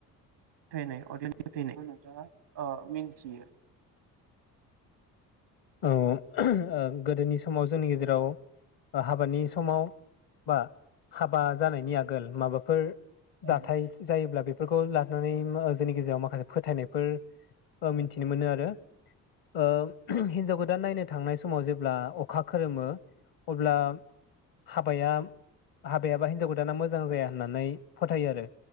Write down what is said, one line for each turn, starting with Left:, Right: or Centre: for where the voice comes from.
Right: थायनाय अगियान फोथायनाय नोंथाङा अ मिथियो?
Left: औ ओ गोदोनि समाव जोंनि गेजेराव हाबानि समाव बा हाबा जानायनि आगोल माबाफोर जाथाय
Right: औ
Left: जायोब्ला बे फोरखौ लानानै जोंनि गेजेराव माखासे फोथायनायफोर मिथिनो मोनो आरो ओ हिनजाव गोदान नायनो थांनाय समाव जेब्ला अखा खोरोमो अब्ला हाबाया हाबाया बा हिनजाव गोदाना मोजां जाया होननानै फोथायो आरो